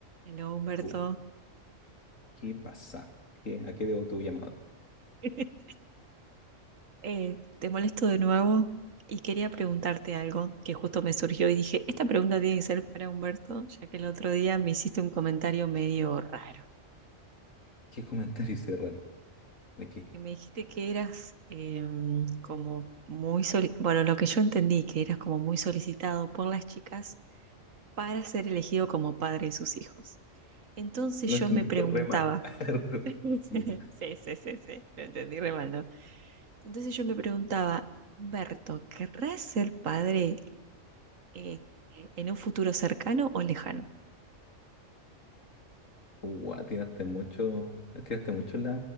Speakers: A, on the right (about 85°); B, on the left (about 80°).
A: Hola Humberto,
B: tú? ¿Qué pasa? ¿Qué- ¿A qué debo tu llamada?
A: <laughs> Eh, te molesto de nuevo y quería preguntarte algo que justo me surgió y dije, esta pregunta tiene que ser para Humberto, ya que el otro día me hiciste un comentario medio raro.
B: <laughs> ¿Qué comentario hice raro? ¿De qué?
A: que me dijiste que eras em, como muy, soli- bueno, lo que yo entendí, que eras como muy solicitado por las chicas para ser elegido como padre de sus hijos. Entonces
B: Lo entendiste
A: yo me preguntaba,
B: re mal. <laughs>
A: <laughs>
B: Ya.
A: sí, sí, sí, sí, lo entendí re mal, ¿no? Entonces yo me preguntaba, Humberto, ¿querrás ser padre en, en un futuro cercano o lejano?
B: Guau, tiraste mucho, tiraste mucho la,